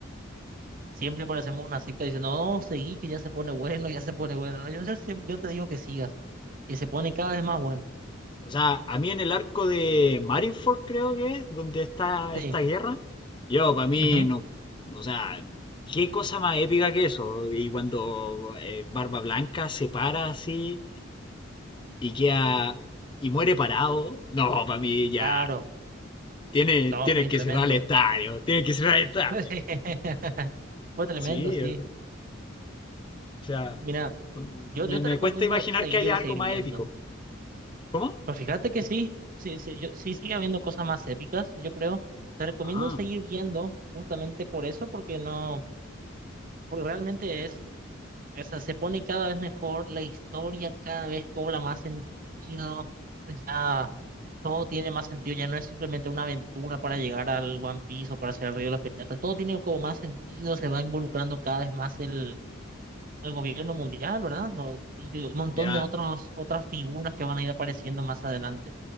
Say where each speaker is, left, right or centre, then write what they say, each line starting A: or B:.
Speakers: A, on the right; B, on the left.
A: Siempre parecemos una secta diciendo, no, seguí, que ya se pone bueno, ya se pone bueno. No, Yo, yo, siem- yo te digo que sigas. Y se pone cada vez más bueno.
B: O sea, a mí en el arco de Marineford, creo que es, donde está
A: Sí.
B: esta guerra, yo, para mí,
A: ujú,
B: no. O sea, qué cosa más épica que eso. Y cuando eh, Barba Blanca se para así y queda. y muere parado. No, para mí ya.
A: Claro.
B: Tiene,
A: No,
B: tiene
A: fue
B: que
A: tremendo.
B: cerrar el estadio, tiene que cerrar el estadio.
A: <laughs> Fue tremendo,
B: Sí,
A: sí.
B: o sea,
A: Mira, yo, yo
B: me
A: te
B: me
A: recomiendo
B: cuesta imaginar
A: seguir,
B: que haya algo
A: seguir
B: más
A: viendo.
B: épico. ¿Cómo?
A: Pues fíjate que sí, sí, sí, yo, sí sigue habiendo cosas más épicas, yo creo. Te recomiendo
B: Ah,
A: seguir viendo justamente por eso, porque no, porque realmente es O sea, se pone cada vez mejor, la historia cada vez cobra más sentido, ya todo tiene más sentido, ya no es simplemente una aventura para llegar al One Piece o para hacer el Río de los Piratas, todo tiene como más sentido, se va involucrando cada vez más el, el gobierno mundial, ¿verdad? No, y de- un montón
B: ya,
A: de otros, otras figuras que van a ir apareciendo más adelante.